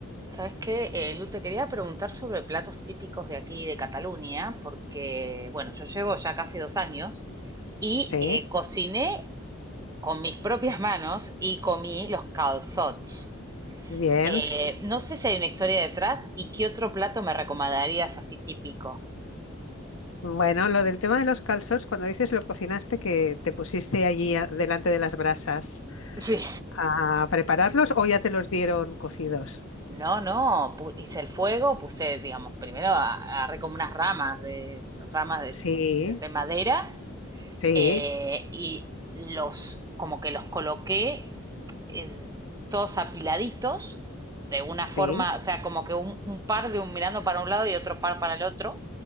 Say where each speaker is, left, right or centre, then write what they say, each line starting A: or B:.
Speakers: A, on the right; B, on the left.
A: Sabes qué, eh, Lu, te quería preguntar sobre platos típicos de aquí, de Cataluña, porque, bueno, yo llevo ya casi dos años y
B: Sí,
A: eh, cociné con mis propias manos y comí los calçots.
B: bien.
A: Eh, no sé si hay una historia detrás y qué otro plato me recomendarías así típico.
B: Bueno, lo del tema de los calzots, cuando dices lo cocinaste, que te pusiste allí a- delante de las brasas
A: Sí.
B: a prepararlos o ya te los dieron cocidos.
A: No, no, pu- hice el fuego, puse, digamos, primero a- agarré como unas ramas de, ramas de,
B: Sí,
A: no sé, madera
B: sí,
A: eh, y los, como que los coloqué en, todos apiladitos, de una
B: sí,
A: forma, o sea, como que un, un, par de un mirando para un lado y otro par para el otro,